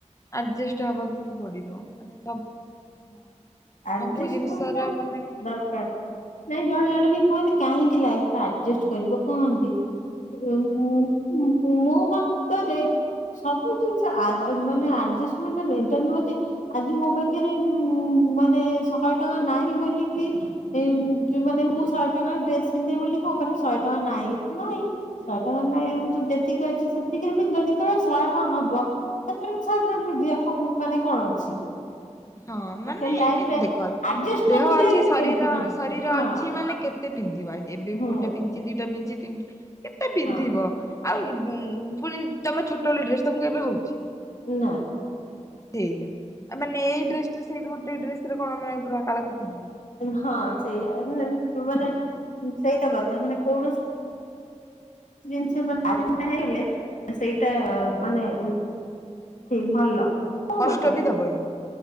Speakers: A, on the left; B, on the left.
A: ଆଜେଷ୍ଟ୍ ହେବାକୁ ବି ପଡିବ ମାନେ ସବ୍ ହଁ।
B: ଆଜଷ୍ଟମେନଟ
A: ସବୁ ଜିନିଷର
B: ଟା
A: ମାନେ ଗୋଟେ
B: ଦରକାର।
A: ହଁ
B: ନାଇ ଜଣେ ଜଣ ବି କୁହନ୍ତି
A: ହଁ
B: କାହିଁକି ଲାଇ ତ ଆଜେଷ୍ଟ କରିବ କହନ୍ତି। <unintelligible>
A: ହୁଁ
B: ମୋ ମତରେ ସବୁ ଜିନିଷ ଆ ଜ ମାନେ ଆଜସମେଣ୍ଟ ଏଟା ନୁହେଁ ଯେ ଆଜି ମୋ ପାଖରେ ମାନେ ଶହେ ଟଙ୍କା ନାହିଁ ବୋଲିକି। ଏ ଯୋଉ ମାନେ ମୁଁ ଶହେ ଟଙ୍କା ଡ୍ରେସ ପିନ୍ଧିବି ବୋଲିକି। ମୋ ପାଖରେ ଶହେ ଟଙ୍କା ନାହିଁ। ନାଇଁ
A: ହୁଁ।
B: ଶହେ ଟଙ୍କ ନାଇଁ ଯେତିକି ଅଛି ସେ ସେତିକିରେ ପିନ୍ଧିବ। ଯେତେବେଳେ ଶହେ ଟଙ୍କା ହବ ସେତେବେଳେ ଶହେ ଟଙ୍କା ପିନ୍ଧିବା କ ମାନେ କଣ ଅଛି।
A: ହଁ ମାନେ
B: ଆକ୍ଚୁଆଲି ଲାଇଫରେ
A: ଏମି ଦେଖ
B: ଆଡଜଷ୍ଟ
A: ଦେହ
B: ନଥିଲେ
A: ଅଛି ଶରୀର
B: କେମିତି କଣ
A: ଶରୀର
B: ହଁ
A: ଅଛି ମାନେ କେତେ ପିନ୍ଧିବା ଏବେ
B: ହୁଁ
A: ଗୋଟେ ପିନ୍ଧିଚି ଦିଟା ପିନ୍ଧିଚି କି <unintelligible> କେତେ ପିନ୍ଧିବ।
B: ହଁ
A: ଆଉ ଉ ପୁଣି ତମେ ଛୋଟବେଳେ ଡ୍ରେସ ତମକୁ ଏବେ ହଉଚି।
B: ନା।
A: ସେଇୟା ମାନେ <unintelligible> ଏଇ ଡ୍ରେସ୍ ଟାରେ ସେଇ ଗୋଟେ ଡ୍ରେସରେ କଣ ମାନେ ପୁରା କାଳ କଟିଯିବ
B: ହଁ ସେଇୟା ମାନେ ସେଇତ କଥା ମାନେ କୌଣସି ଜିନିଷ ମ <unintelligible> ଆଠୁଟା ହେଇଗଲେ ସେଇଟା ମାନେ ଉ ସେ ଭଲ। ମୋ
A: କଷ୍ଟ
B: ମତରେ
A: ବି ଦବନି